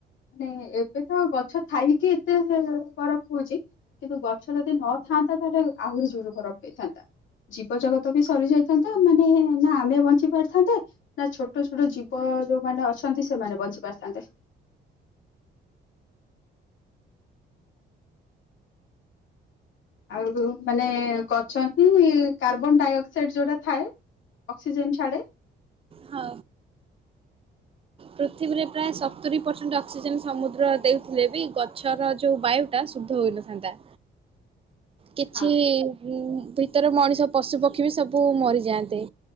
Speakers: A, on the left; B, on the right.
A: ନାଇଁ ଏବେତ ଗଛ ଥାଇକି ଏତେ ଗରମ ହଉଚି କିନ୍ତୁ ଗଛ ଯଦି ନଥାନ୍ତା ତାହେଲେ ଆହୁରି ଜୋରେ ଗରମ ହୋଇଥାନ୍ତା। ଜୀବଜଗତବି ସରି ଯାଇଥାନ୍ତା ମାନେ ନା ଆମେ ବଞ୍ଚି ପାରଥାନ୍ତେ ନା ଛୋଟ ଛୋଟ ଜୀବ ଯୋଉମାନେ ଅଛନ୍ତି ସେମାନେ ବଞ୍ଚି ପାରିଥାନ୍ତେ। ଆଉ ଯୋଉ ମାନେ ଗଛହିଁ କାର୍ବନ ଡାଇଅକ୍ସାଇଡ ଯୋଉଟା ଥାଏ ଅକ୍ସିଜେନ୍ ଛାଡ଼େ
B: ହଁ। ପୃଥିବୀରେ ପ୍ରାୟ ସତୁରି ପରସେଣ୍ଟ ଅକ୍ସିଜେନ୍ ସମୁଦ୍ର ଦେଇଥିଲେବି ଗଛର ଯଉ ବାୟୁ ତାହା ଶୁଦ୍ଧ ହେଇ ନଥାନ୍ତା।
A: <inaudible>
B: କିଛି
A: ହଁ
B: ହୁଁ ଭିତରେ ମଣିଷ ପଶୁପକ୍ଷୀବି ସବୁ ମରିଯାଆନ୍ତେ